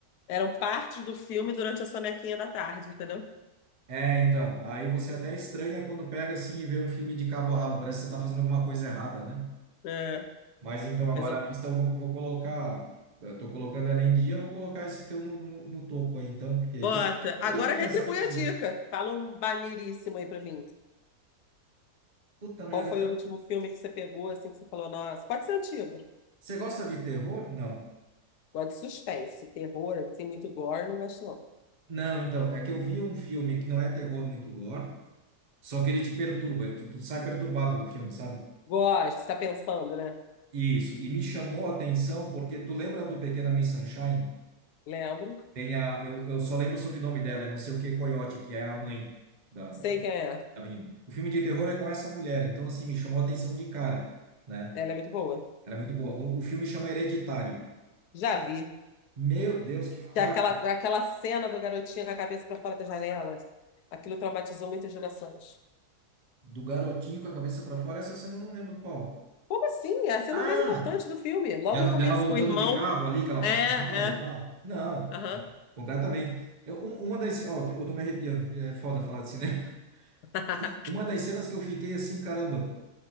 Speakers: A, on the left; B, on the right.
A: eram partes do filme durante a sonequinha da tarde, entendeu?
B: É, então, aí você até estranha quando pega assim e vê um filme de cabo a rabo, parece que você tá fazendo alguma coisa errada, né?
A: É,
B: Mas então agora
A: exa-
B: a lista eu vou, vou colocar. estou colocando ela em dia, eu vou colocar esse teu no, no, no topo aí, então, porque eu,
A: Bota.
B: também- eu
A: Agora
B: também tenho
A: retribui
B: essa coisa.
A: a dica. Fala um maneiríssimo aí pra mim.
B: Puta merda,
A: Qual foi
B: então.
A: o último filme que você pegou, assim, que você falou, nossa, pode ser antigo.
B: Você gosta de terror? Não.
A: Gosto de suspense, terror, assim, muito gore, não gosto não.
B: Não, então, é que eu vi um filme que não é terror muito gore, só que ele te perturba, tu, tu sai perturbado do filme, sabe?
A: Gosto, você tá pensando, né?
B: E, isso, e me chamou a atenção porque tu lembra do Pequena Miss Sunshine?
A: Lembro.
B: Tem a, eu, eu só lembro o sobrenome dela, é não sei o que Coyote, que é a mãe da
A: Sei
B: da,
A: quem é.
B: a menina. O filme de terror é com essa mulher, então assim, me chamou a atenção de cara, né?
A: Ela é muito boa.
B: Era muito boa. O, o filme chama Hereditário.
A: Já vi.
B: Meu Deus, que cara,
A: Que é aquela, é aquela cena do garotinho com a cabeça para fora da janela, aquilo traumatizou muitas gerações.
B: do garotinho com a cabeça pra fora, essa cena eu não lembro qual.
A: Como assim? É a cena
B: Ah,
A: mais importante do filme, logo
B: dela,
A: no começo,
B: dela voltando
A: com o irmão.
B: de carro ali, que ela
A: É,
B: passou
A: é.
B: mal e tal. Não,
A: Aham.
B: completamente. Eu, um- uma das, ó, eu tô me arrepiando, é foda falar de cinema. <laughs>
A: <laughs>
B: Uma das cenas que eu fiquei assim, caramba,